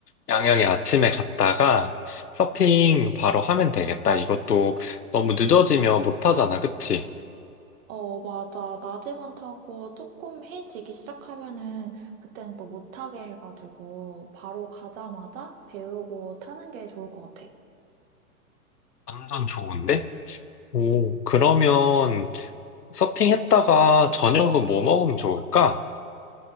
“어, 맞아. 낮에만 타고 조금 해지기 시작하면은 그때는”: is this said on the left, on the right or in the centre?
Right